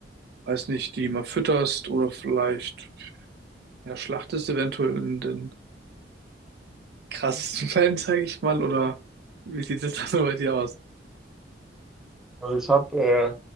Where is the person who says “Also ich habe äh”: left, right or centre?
Centre